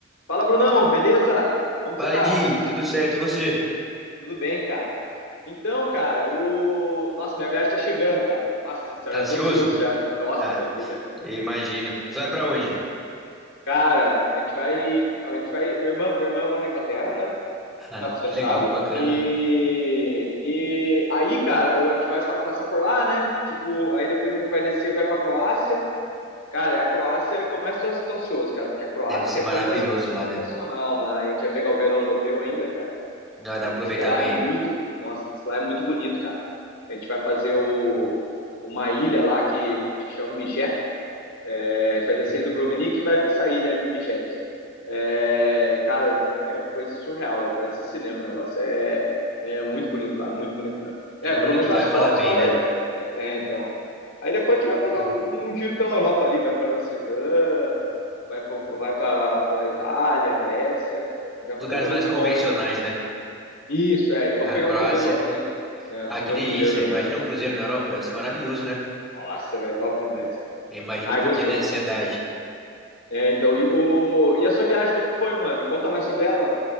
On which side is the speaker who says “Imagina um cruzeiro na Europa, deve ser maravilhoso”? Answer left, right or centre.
Centre